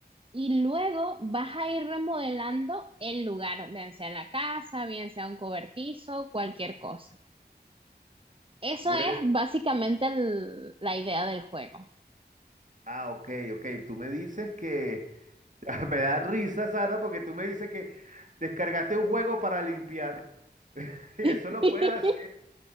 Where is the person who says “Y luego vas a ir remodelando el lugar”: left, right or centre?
Right